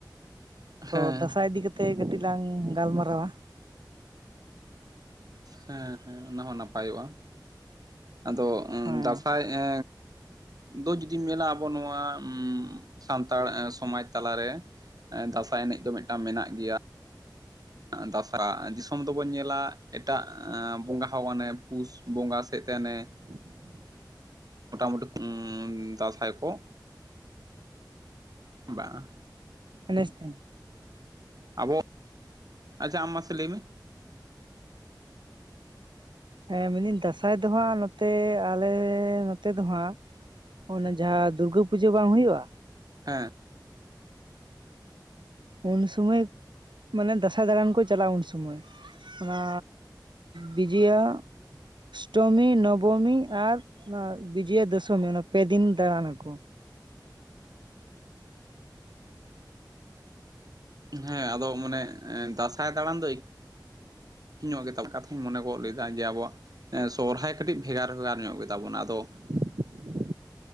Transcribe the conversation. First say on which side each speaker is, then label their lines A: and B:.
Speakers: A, on the right; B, on the right.
A: ᱛᱚ
B: ᱦᱮᱸ
A: ᱫᱟᱸᱥᱟᱭ ᱤᱫᱤ ᱠᱟᱛᱮ ᱠᱟᱹᱴᱤᱡ ᱞᱟᱝ ᱜᱟᱞᱢᱟᱨᱟᱣᱟ᱾
B: ᱦᱮᱸ ᱦᱮᱸ ᱚᱱᱟ ᱦᱚᱸ ᱱᱟᱯᱟᱭᱚᱜᱟ ᱾ ᱟᱫᱚ
A: ᱦᱮᱸ
B: ᱫᱟᱸᱥᱟᱭ ᱮ ᱮ ᱫᱚ ᱡᱩᱫᱤᱢ ᱧᱮᱞᱟ ᱟᱵᱚ ᱱᱚᱣᱟ ᱥᱟᱱᱛᱟᱲ ᱥᱚᱢᱟᱡᱽ ᱛᱟᱞᱟᱨᱮ ᱫᱟᱸᱥᱟᱭ ᱮᱱᱮᱡ ᱫᱚ ᱢᱤᱫᱴᱟᱝ ᱢᱮᱱᱟᱜ ᱜᱮᱭᱟ ᱾ ᱫᱟᱸᱥᱟᱭ ᱫᱤᱥᱚᱢ ᱫᱚᱵᱚᱱ ᱧᱮᱞᱟ ᱮᱴᱟᱜ ᱵᱚᱸᱜᱟ ᱦᱚ ᱟᱱᱮ ᱯᱩᱥ ᱵᱚᱸᱜᱟ ᱥᱮᱫᱛᱮ ᱟᱱᱮ
A: <unintelligible>
B: ᱢᱳᱴᱟᱢᱩᱴᱤ ᱫᱟᱥᱟᱭ ᱠᱚ ᱵᱟᱝ
A: ᱮᱱᱮᱥ ᱛᱟᱦᱮᱱᱟ ᱾
B: ᱟᱵᱚ ᱟᱪᱪᱷᱟ ᱟᱢ ᱢᱟᱥᱮ ᱞᱟᱹᱭ ᱢᱮ᱾
A: ᱦᱮᱸ ᱢᱮᱱᱫᱟᱹᱧ ᱫᱟᱸᱥᱟᱭ ᱫᱚ ᱦᱟᱸᱜ ᱱᱚᱛᱮ ᱟᱞᱮ ᱱᱚᱛᱮ ᱫᱚ ᱦᱟᱸᱜ ᱚᱱᱟ ᱡᱟᱦᱟᱸ ᱫᱩᱨᱜᱟᱹ ᱯᱩᱡᱟᱹ ᱵᱟᱝ ᱦᱩᱭᱩᱜ-ᱟ᱾
B: ᱦᱮᱸ᱾
A: ᱩᱱ ᱥᱚᱢᱚᱭ ᱢᱟᱱᱮ ᱫᱟᱸᱥᱟᱭ ᱫᱟᱬᱟᱱ ᱠᱚ ᱪᱟᱞᱟᱜ-ᱟ ᱩᱱ ᱥᱚᱢᱚᱭ ᱚᱱᱟ ᱵᱤᱡᱚᱭᱟ ᱚᱥᱴᱚᱢᱤ ᱱᱚᱵᱚᱢᱤ ᱟᱨ ᱚᱱᱟ ᱵᱤᱡᱚᱭᱟ ᱫᱚᱥᱚᱢᱤ ᱚᱱᱟ ᱯᱮ ᱫᱤᱱ ᱫᱟᱬᱟᱱᱟ ᱟᱠᱚ᱾
B: ᱦᱮᱸ ᱟᱫᱚ ᱢᱟᱱᱮ ᱫᱟᱸᱥᱟᱭ ᱫᱬᱟᱱ ᱫᱚ <inaudible> ᱠᱟᱛᱷᱟᱧ ᱢᱚᱱᱮ ᱜᱚᱫ ᱞᱮᱫᱟ ᱡᱮ ᱟᱵᱚᱣᱟᱜ ᱥᱚᱨᱦᱟᱭ ᱠᱟᱹᱴᱤᱡ ᱵᱷᱮᱜᱟᱨ ᱵᱷᱮᱜᱟᱨ ᱧᱚᱜ ᱜᱮᱛᱟᱵᱚᱱᱟ ᱟᱫᱚ
A: <inaudible>